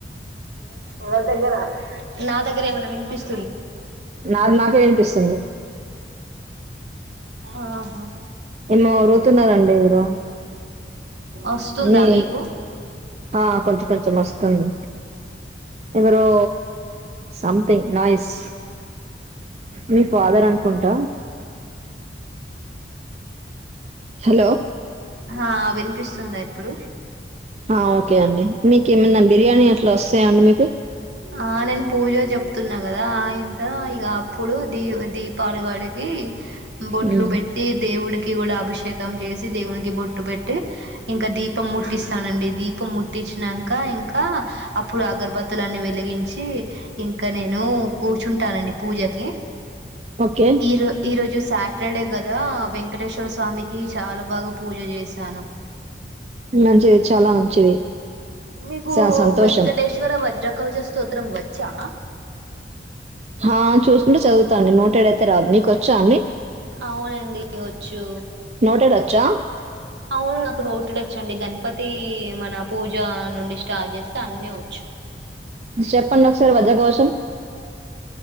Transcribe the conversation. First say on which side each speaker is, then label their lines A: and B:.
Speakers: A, on the right; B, on the right.
A: ఎవరి దగ్గర నా దగ్గరే ఎం వినిపిస్తు
B: నాకు నాకే వినిపిస్తుంది
A: ఆహా
B: ఏన్నో వొర్లుతున్నరండి ఎవరో
A: వస్తుందా
B: మీ
A: మీకు
B: ఆ కొంచెం కొంచెం వస్తుంది ఎవరో సంథింగ్ నాయిస్ మీ ఫాదర్ అనుకుంటా హలో
A: హ వి వినిపిస్తుందా ఇప్పుడు
B: ఆ ఓకే అండి నీకేమైనా బిర్యానీ వస్తాయా అండి మీకు
A: ఆ నేను పూజ చెప్తున్నా కదా ఎంత ఇ అప్పుడు దీ దీ కాళ్లు కాలింది బొట్లు
B: మ్మ్
A: పెట్టి దేవుడినికి కూడా అభిషేకం చేసి దేవునికి బొట్ బొట్లు పెట్టి ఇంకా దీపం ముట్టిస్తానండి దీపం ముట్టిచ్చినాక ఇంకా అప్పుడు అగర్బత్తులన్నీ వెలిగించి ఇంకా నేను కూర్చుంటానండి పూజకి
B: ఓకే
A: ఈరో ఈరోజు సాటర్డే కదా వెంకటేశ్వర స్వామికి చాలా బాగా పూజ చేశాను
B: మంచిది చాలా మంచిది
A: మీకు
B: చా సంతోషం
A: వెంకటేశ్వర వజ్రకవచ స్తోత్రం వ చ్చ
B: ఆ చూసుకుంటే చదువుతా అండి నోటెడ్ అయితే రాదు మీకు వచ్చా అండి
A: అవునండి వచ్చు
B: నోటెడ్ వచ్చా
A: అవును నాకు నోటిడ్ వచ్చండి గణపతి మన పూజ నుండి స్టార్ట్ చేస్తే అన్నీ వ చ్చు
B: చెప్పండి ఒకసారి వజ్రఘోషం